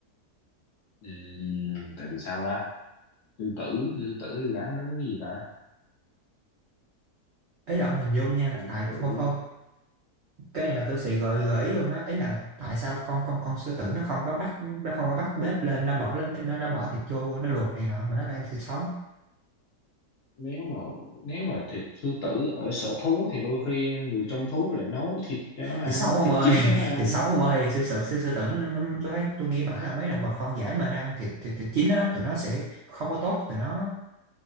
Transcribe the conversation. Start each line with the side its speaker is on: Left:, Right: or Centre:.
Left: Ừ. Tại vì sao ta? Sư tử, sư tử thì gắn đến cái gì ta?
Right: Ý là ông hình dung nha là
Left: Sư
Right: tại
Left: tử,
Right: thôi thôi Cái này là tôi sẽ gợi gợi ý luôn á ấy là tại sao con con con sư tử nó không có bắt Nó không có bắt bếp lên Nó bỏ lên nó, nó bỏ thịt vô nó luộc này nọ Mà nó là ăn thịt sống
Left: nếu mà nếu mà thịt sư tử ở sở thú thì đôi khi người trong thú lại nấu thịt cho nó ăn,
Right: Thịt sống ông
Left: thịt
Right: ơi
Left: chín
Right: <laughs>
Left: cho nó ăn.
Right: thịt sống ông ơi sư tử sư, sư tử nó- nó- tôi thấy tôi nghĩ bảo là mấy động vật hoang dã mà đang thịt thịt, thịt chín á tụi nó sẽ không có tốt tụi nó